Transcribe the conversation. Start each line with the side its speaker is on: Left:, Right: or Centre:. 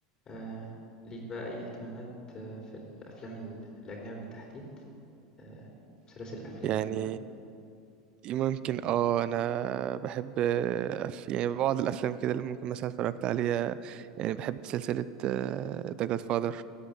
Left: آآ ليك بقى أي اهتمامات آه، في الأفلام ال الأجنبي بالتحديد؟ آآ سلاسل الأفلام
Right: يعني
Left: كده؟
Right: ممكن اه انا بحب أف... يعني بعض الافلام كده اللي ممكن مثلا اتفرجت عليها يعني بحب سلسلة ذا جاد فاذر